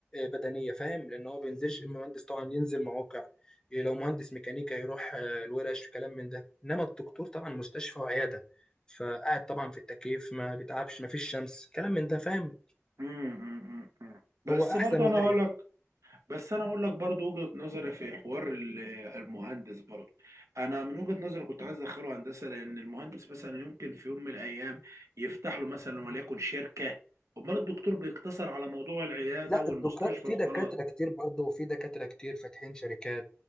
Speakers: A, on the left (about 15°); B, on the right (about 85°).
A: بدنية فاهم لان هو بينزلش المهندس طبعا ينزل مواقع إيه، لو مهندس ميكانيكا يروح آه، الورش وكلام من ده انما الدكتور طبعا مستشفى وعيادة فقاعد طبعا في التكييف ما بيتعبش ما فيش شمس كلام من ده فاهم
B: مم، مم، مم، مم. بس
A: هو احسن
B: برضه
A: واريح
B: انا هقول لك بس انا اقول لك برضو وجهة نظري في حوار ال- المهندس برضو انا من وجهة نظري كنت عايز ادخله هندسة لان المهندس مثلا يمكن في يوم من الايام يفتح له مثلا وليكن شركة امال الدكتور بيقتصر على موضوع العيادة
A: لا
B: والمستشفى
A: الدكاتره في
B: وخلاص
A: دكاتره كتير برضه وفي دكاتره كتير فاتحين شركات